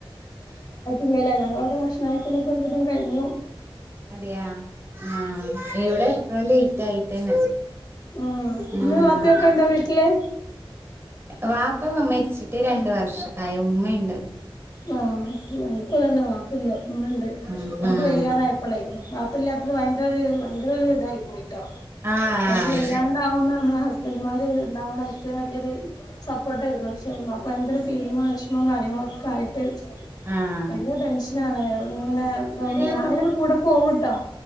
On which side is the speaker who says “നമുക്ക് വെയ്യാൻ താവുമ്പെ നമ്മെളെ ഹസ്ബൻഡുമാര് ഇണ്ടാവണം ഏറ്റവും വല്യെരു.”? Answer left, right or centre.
Left